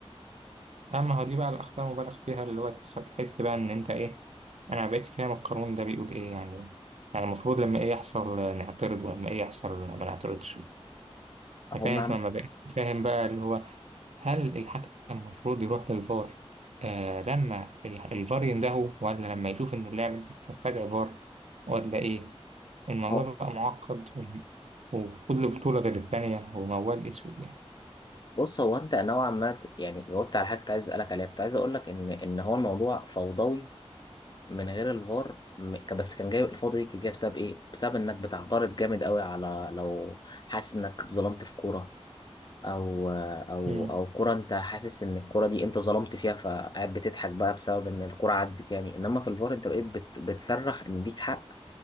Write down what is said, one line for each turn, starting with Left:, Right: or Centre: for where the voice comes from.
Right: أما هو دي بقى الأخطاء المبالغ فيها اللي هو تخ- تحس بقى إن أنت إيه أنا ما بقتش فاهم القانون ده بيقول إيه يعني يعني المفروض لما إيه يحصل آه، نعترض ولما إيه يحصل ما نعترضش
Left: اهو
Right: فاهم
Left: مع
Right: أنت ما بقتش فاهم بقى اللي هو هل الحكم المفروض يروح للفار آه لما ال- الفار يندهه ولا لما يشوف إن اللاعب لسه استدعى فار ولا إيه؟ الموضوع
Left: اهو
Right: بقى معقد و- وفي كل بطولة غير التانية هو موال أسود يعني.
Left: بص هو انت نوعا ما ت- يعني جاوبت على حاجه كنت عايز اسالك عليها كنت عايز اقول لك ان ان هو الموضوع فوضوي من غير الفار م- ك- بس كان جاي الفوضى دي كانت جايه بسبب ايه؟ بسبب انك بتعترض جامد قوي على لو حاسس انك اتظلمت في كوره او او
Right: مم.
Left: او كوره انت حاسس ان الكوره دي انت ظلمت فيها فقاعد بتضحك بقى بسبب ان الكوره عدت يعني انما في الفار انت بقيت بت- بتصرخ ان ليك حق